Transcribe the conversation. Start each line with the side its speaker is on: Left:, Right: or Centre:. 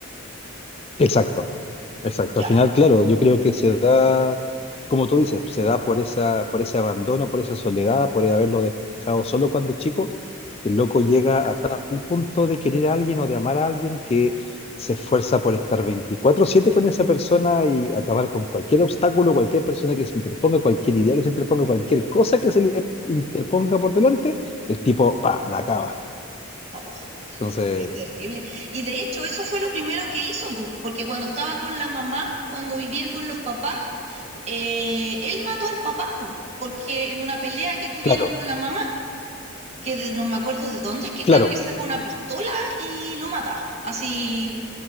Left: Exacto, exacto.
Right: Ya,
Left: Al final, claro, yo creo que se da, como tú dices, se da por esa, por ese abandono, por esa soledad, por haberlo dejado solo cuando chico, que el loco llega a tal punto de querer a alguien o de amar a alguien que se esfuerza por estar 24/7 con esa persona y acabar con cualquier obstáculo, cualquier persona que se interponga, cualquier idea que se interponga, cualquier cosa que se le interponga por delante, el tipo, pa, la acaba.
Right: Oh,
Left: Entonces,
Right: es terrible. Y de hecho, eso fue lo primero que hizo, porque cuando estaba con la mamá, cuando vivía con los papás, eh, él mató al papá, porque en una pelea que tuvieron
Left: claro.
Right: con la mamá, que no me acuerdo de dónde es que
Left: Claro,
Right: creo que saca una pistola y lo mata, así,